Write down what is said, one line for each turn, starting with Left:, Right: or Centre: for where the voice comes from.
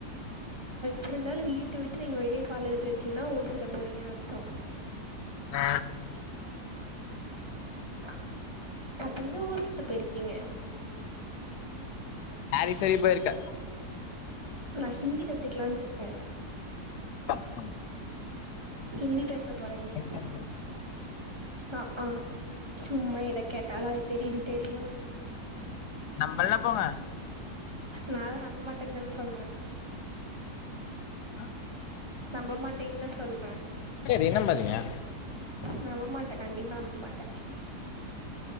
Right: ப்ருந்தாலு வீட்ட விட்டு நீங்க வெளியே கால் எடுத்து வச்சீங்கன்னா ஊர் சுத்த போறீங்கனு அர்த்தோ
Left: ஆ
Right: <inaudible> அப்ப நீங்க ஊர்சுத்த போயிருக்கீங்க
Left: மாரி சரி போயிருக்க
Right: நா ஹிந்தி கத்துக்லான்ருக்கே
Left: அ‌ ஆ
Right: ஹிந்தி பே ச போறே இனி
Left: தெரியும்
Right: அ ஆ சும்மா எத கேட்டாலு அது தெரியு‌ இது தெரியுனு
Left: நம்பல்னா போங்க
Right: நா தா நம்ப மாட்டென் தான சொல்றே
Left: அ
Right: நம்ப மாட்டேன் தா சொல்றே
Left: ஏ நம்பலயா
Right: நம்ப மாட்டே கண்டிப்பா நம்ப மாட்டே